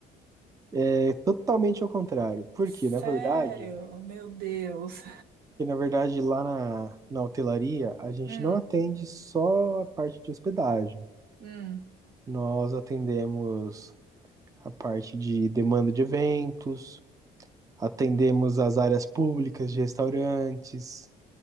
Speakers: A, on the right; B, on the right.
A: É totalmente ao contrário. Porque,
B: Sério,
A: na verdade,
B: meu Deus.
A: que na verdade lá na, na hotelaria a gente
B: Hum,
A: não atende só a parte de hospedagem.
B: hum.
A: Nós atendemos a parte de demanda de eventos, atendemos as áreas públicas de restaurantes,